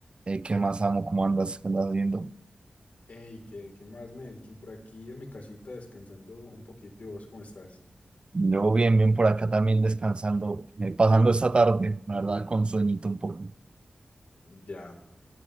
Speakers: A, on the right; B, on the left.
A: Eh, ¿qué más amo? ¿Cómo andas? ¿Qué andas viendo?
B: Hey, ¿qué, qué más, Melkin? Por aquí en mi casita descansando un poquito. ¿Y vos cómo estás?
A: Yo bien, bien por acá también descansando, eh, pasando esta tarde, la verdad, con sueñito un poco.
B: Ya.